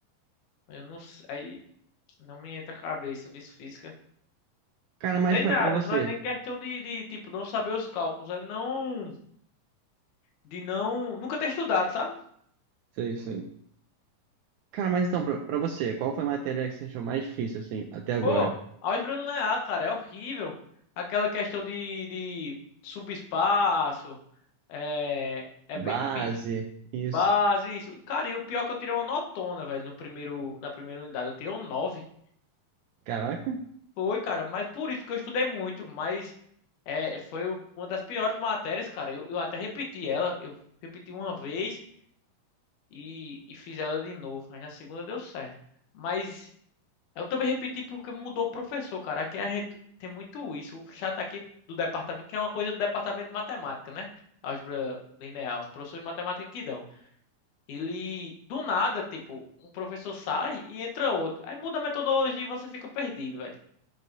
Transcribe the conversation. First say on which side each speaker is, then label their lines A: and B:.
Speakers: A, on the left (about 70°); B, on the right (about 80°).
A: Eu não sei. Não me entra a cabeça, vice física.
B: Cara,
A: Não
B: mas
A: sei
B: pra,
A: nada,
B: pra você.
A: não é nem questão de, de, tipo, não saber os cálculos, é não, de não, nunca ter estudado, sabe?
B: Sei, sei. Cara, mas então, pra, pra você, qual foi a matéria que você achou mais difícil, assim, até agora?
A: Pô, álgebra linear, cara, é horrível. Aquela questão de, de subespaço, é, é
B: Base,
A: bem difícil.
B: isso.
A: Base, isso. Cara, e o pior é que eu tirei uma notona, velho, no primeiro, na primeira unidade, eu tirei um 9.
B: Caraca,
A: Foi, cara, mas por isso que eu estudei muito, mas é, foi o- uma das piores matérias, cara. Eu, eu até repeti ela, eu repeti uma vez, e, e fiz ela de novo. Aí na segunda deu certo. Mas eu também repeti porque mudou o professor, cara. Aqui a gente tem muito isso. O chato aqui do departamento, que é uma coisa do departamento de matemática, né? Álgebra linear, os professores de matemática que dão. Ele, do nada, tipo, um professor sai e entra outro. Aí muda a metodologia e você fica perdido, velho.